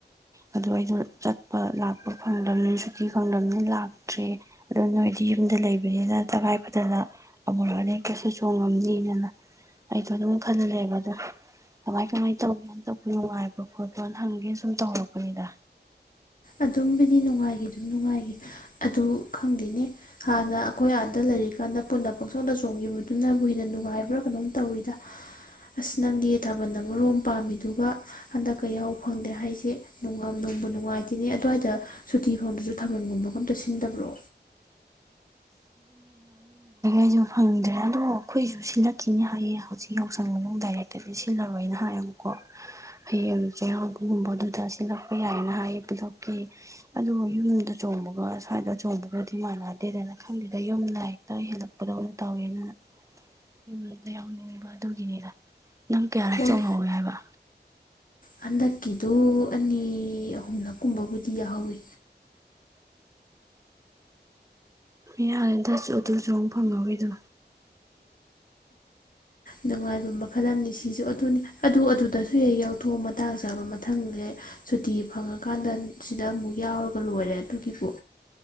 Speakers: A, on the right (about 15°); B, on the left (about 50°).
A: ꯑꯣ ꯑꯩꯗꯣ ꯆꯠꯄ ꯂꯥꯛꯄ ꯐꯪꯗ꯭ꯔꯕꯅꯤꯅ ꯁꯨꯇꯤ ꯐꯪꯗ꯭ꯔꯕꯅꯤꯅ ꯂꯥꯛꯇ꯭ꯔꯦ ꯑꯗꯣ ꯅꯣꯏꯗꯤ ꯌꯨꯝꯗ ꯂꯩꯕꯅꯤꯗ ꯇꯉꯥꯏ ꯐꯗꯅ ꯑꯃꯨꯛ ꯑꯅꯤꯔꯛꯇꯤ ꯆꯣꯡꯉꯝꯅꯤꯅꯅ ꯑꯩꯗꯣ ꯑꯗꯨꯝ ꯈꯜꯂ ꯂꯩꯕ ꯑꯗ ꯀꯃꯥꯏ ꯀꯃꯥꯏꯅ ꯇꯧꯒꯦꯅ ꯇꯛꯄ ꯅꯨꯡꯉꯥꯏꯕ꯭ꯔꯣ ꯈꯣꯠꯄ꯭ꯔꯣꯅ ꯍꯪꯒꯦꯅ ꯁꯨꯝ ꯇꯧꯔꯛꯄꯅꯤꯗ
B: ꯑꯗꯨꯝꯕꯨꯗꯤ ꯅꯨꯡꯉꯥꯏꯈꯤ ꯑꯗꯨꯝ ꯅꯨꯡꯉꯥꯏꯈꯤ ꯑꯗꯨ ꯈꯪꯗꯦꯅꯦ ꯍꯥꯟꯅ ꯑꯩꯈꯣꯏ ꯑꯥꯗ ꯂꯩꯔꯤꯀꯥꯟꯗ ꯄꯨꯟꯅ ꯄꯪꯁꯣꯟꯅ ꯆꯣꯡꯈꯤꯕꯗꯨꯅꯕꯨ ꯍꯦꯟꯅ ꯅꯨꯡꯉꯥꯏꯕ꯭ꯔꯥ ꯀꯩꯅꯣꯝ ꯇꯧꯋꯤꯗ ꯑꯁ ꯅꯪꯒꯤ ꯊꯥꯕꯜ ꯑꯃꯣꯝ ꯄꯥꯝꯃꯤꯗꯨꯒ ꯍꯟꯗꯛꯀ ꯌꯥꯎ ꯐꯪꯗꯦ ꯍꯥꯏꯁꯦꯅꯨꯡ ꯅꯨꯡꯕꯨ ꯅꯨꯡꯉꯥꯏꯇ ꯅꯦ ꯑꯗꯨꯋꯥꯏꯗ ꯁꯨꯇꯤ ꯐꯥꯎꯕꯗꯁꯨ ꯊꯥꯕꯜꯒꯨꯝꯕꯒ ꯑꯝꯇ ꯁꯤꯟꯗꯕ꯭ꯔꯣ
A: ꯑꯩꯁꯨ ꯐꯪꯗ꯭ꯔꯦ ꯑꯗꯨꯗꯕꯨ ꯑꯩꯈꯣꯏꯁꯨ ꯁꯤꯜꯂꯛꯈꯤꯅꯤ ꯍꯥꯏꯌꯦ ꯍꯧꯖꯤꯛ ꯌꯥꯎꯁꯪ ꯃꯅꯨꯡ ꯗꯥꯏꯔꯦꯛꯇꯗꯤ ꯁꯤꯜꯂꯔꯣꯏꯅ ꯍꯥꯏꯌꯦꯨꯀꯣ ꯍꯌꯦꯡ ꯆꯩꯔꯥꯎꯕꯒꯨꯝꯕ ꯑꯗꯨꯗ ꯁꯤꯜꯂꯛꯄ ꯌꯥꯏꯌꯦꯅ ꯍꯥꯏꯌꯦ ꯄꯨꯂꯛꯈꯤ ꯑꯗꯨꯕꯨ ꯌꯨꯝꯗ ꯆꯣꯡꯕꯒ ꯁ꯭ꯋꯥꯏꯗ ꯆꯣꯡꯕꯒꯗꯤ ꯃꯥꯟꯅꯗꯦꯗꯅ ꯈꯪꯕꯤꯗ ꯌꯨꯝ ꯗꯥꯏꯔꯤꯦꯛꯇ ꯍꯦꯜꯂꯛꯄ ꯈꯨꯗꯧꯅ ꯇꯥꯎꯋꯦꯅ ꯌꯨꯝꯗ ꯌꯥꯎꯅꯤꯡꯉꯤꯕ ꯑꯗꯨꯒꯤꯅꯤꯗ ꯅꯪ ꯀꯌꯥꯔꯛ
B: ꯍꯣꯏ
A: ꯆꯣꯡꯍꯧꯋꯦ ꯍꯥꯏꯕ
B: ꯍꯟꯗꯛꯀꯤꯗꯨ ꯑꯅꯤ ꯑꯍꯨꯝꯂꯛ ꯀꯨꯝꯕꯕꯨꯗꯤ ꯌꯥꯎꯍꯧꯋꯤ
A: ꯌꯥꯔꯦꯗ ꯑꯗꯨ ꯆꯣꯡ ꯐꯪꯍꯧꯔꯤꯗꯣ
B: ꯅꯨꯡꯉꯥꯏꯕ ꯃꯈꯜ ꯑꯃꯅꯤ ꯁꯤꯁꯨ ꯑꯗꯨꯅꯤ ꯑꯗꯨ ꯑꯗꯨꯗꯁꯨ ꯍꯦꯛ ꯌꯥꯎꯊꯣꯛꯑꯣ ꯃꯇꯥꯡ ꯆꯥꯕ ꯃꯊꯪꯅꯦ ꯁꯨꯇꯤ ꯐꯪꯉꯀꯥꯟꯗ ꯁꯤꯗ ꯑꯃꯨꯛ ꯌꯥꯎꯔꯒ ꯂꯣꯏꯔꯦ ꯑꯗꯨꯒꯤꯕꯨ